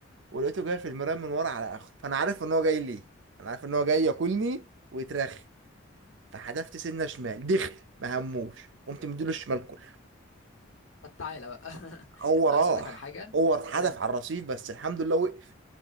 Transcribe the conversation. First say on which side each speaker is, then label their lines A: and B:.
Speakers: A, on the right (about 65°); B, on the left (about 75°).
A: ولقيته جاي في المرايه من ورا على اخره فانا عارف ان هو جاي ليه انا عارف ان هو جاي ياكلني ويترخي فحدفت سنه شمال دخل ما هموش قمت مديله الشمال كله
B: طب تعالى بقى <laughs>
A: هو
B: انا
A: راح
B: عايز اقول لك على حاجه
A: هو اتحدف
B: انا ب-
A: على الرصيف بس الحمد لله وقف